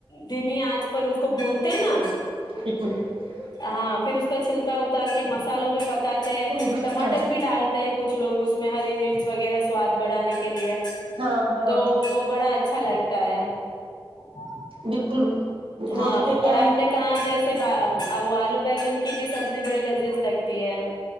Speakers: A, on the left; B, on the right.
A: دمی آنچ پر اس کو بھونتے ہیں نا
B: ایک منٹ اس
A: ہاں پھر اس کا چھلکا اتار کے مسالوں میں پک
B: کو نوڈلس
A: تہ
B: میں
A: مٹر بھی ڈالتے ہیں کچھ لوگ اس میں ہری مرچ وغیرہ سواد بڑھانے کے لیے
B: ہاں ہاں
A: تو وہ بڑا اچھا لگتا ہے ج
B: بالکل وہ
A: ہاں
B: اس میں کیا
A: اور
B: ہے
A: آپ نے کہاں جیسے وہ آلو بگن کی بھی سبزی بڑی لذیذ لگتی ہے